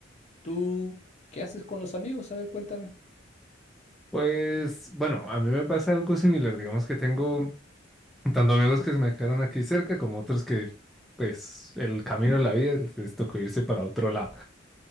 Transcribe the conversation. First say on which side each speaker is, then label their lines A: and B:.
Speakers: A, on the left; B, in the centre.
A: ¿tú qué haces con los amigos? A ver, cuéntame.
B: Pues bueno, a mí me pasa algo similar. Digamos que tengo tanto amigos que se me quedaron aquí cerca como otros que pues el camino de la vida les tocó irse para otro lado.